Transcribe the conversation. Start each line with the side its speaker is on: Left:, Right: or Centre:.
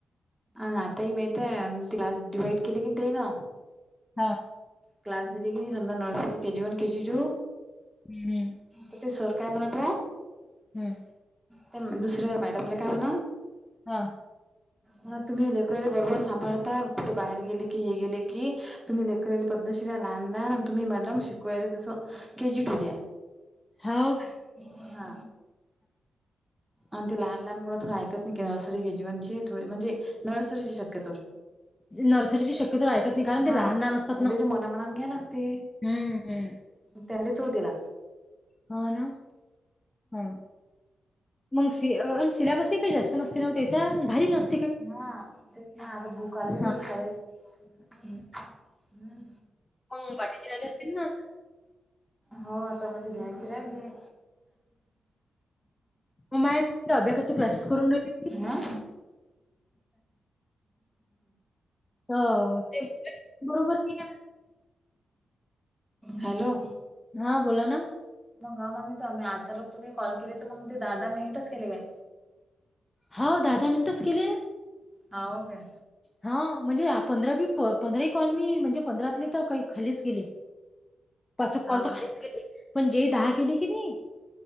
Centre: अ आता ही माहितय ती हे आण क्लास डिवाइड केली की ते न.
Left: हा.
Centre: क्लास दिली की नाही समधा nursery KG one KG two
Left: हम्म हम्म.
Centre: क तेे सरकाय म्हतव
Left: हम्म.
Centre: त्यान दुसर मॅडमले काय म्हण
Left: हा
Centre: हा तुम्ही लेकराले बरोबर सांभाळता कुठे बाहेर गेले की हे गेले की तुम्ही लेकराले पद्धतशिर आना लहान <unintelligible> आणि तुम्ही मॅडम शिकवायले जसं के जी टू घ्या.
Left: हाव का.
Centre: <inaudible> हा आणि ते लहान लहान मुल थोडं ऐकत ग्या अर्सरी के जीवनचे थोडे म्हणजे नर्सरीचे शक्यतोर.
Left: नर्सरीची शक्यतो ऐकत नाही कारण
Centre: हा
Left: ते लहान लहान असतात
Centre: त्याच्या
Left: ना
Centre: मनामनान घ्या लागते.
Left: हम्म हम्म
Centre: म त्यांनी तो दिला.
Left: हव ना हा. मग सी अ सिलेबसही काही जास्त नसते ना, त्याचा भारी नस.
Centre: हा तेच ना, आता बूक आली
Left: हा
Centre: री <unintelligible> शाळेत हम्म हम्म.
Left: हम्म बाटेची आले असतील ना.
Centre: हो आता म्हणजे घ्यायच राहिले.
Left: ममाय अब्येकचे क्लासेस करून घेती.
Centre: हा.
Left: हो ते बरोबर <unintelligible>
Centre: हॅलो!
Left: हा बोला ना.
Centre: मग ह मग म तुम्ही आता लोक तुम्ही कॉल केली तर मग ते दहा दहा मिनिटच केले काय.
Left: होा दादा मिनटच केले.
Centre: हा का.
Left: हा म्हणजे पंधरा बी प पंधराही कॉल मी म्हणजे पंधरातली तर काही खालीच गेली. पाच कॉल
Centre: हाव
Left: तर
Centre: काय.
Left: खरीच केली पण जे दहा केले की नाही.